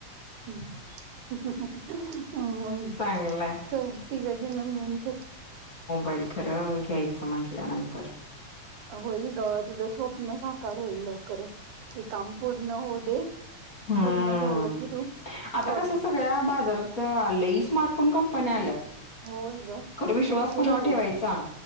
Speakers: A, on the right; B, on the left.
A: हम्मम मग
B: चांगलाय
A: च तिघजन मिळून करतय.
B: बाई खरं घ्यायचं म्हंटल्यानंतर
A: होईल ग तुझं स्वप्न साकार होईल लव खरंच हे काम पूर्ण होऊ दे
B: ह्म
A: पूर्ण झालं की तू
B: आता
A: बघ
B: कस सगळ्या बाजारातच लय स्मार्टफोन कं पण आलं
A: होय ग
B: खर विश्वास
A: भरपूर
B: कोणाव
A: आलेत
B: ठेवायचा